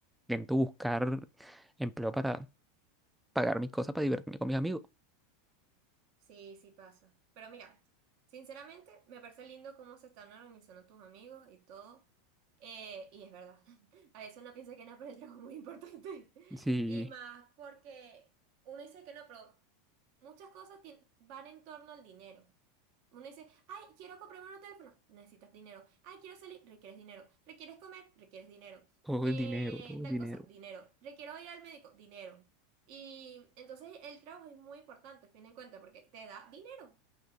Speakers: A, in the centre; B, on the right (about 60°).
A: intento buscar empleo para pagar mis cosas, para divertirme con mis amigos.
B: Sí, sí pasa. Pero mira, sinceramente me parece lindo cómo se están organizando tus amigos y todo. Eh, y es verdad, <laughs> a veces uno piensa que no, pero el trabajo es muy importante. <laughs>
A: Sí,
B: Y más porque uno dice que no, pero muchas cosas tien- van en torno al dinero. Uno dice, ay, quiero comprarme un teléfono, necesitas dinero. Ay, quiero salir, requieres dinero. Requieres comer, requieres dinero.
A: todo
B: Eh,
A: es dinero, todo
B: tal
A: es dinero.
B: cosa, dinero. Requiero ir al médico, dinero. Y entonces el trabajo es muy importante, a fin de cuentas, porque te da dinero.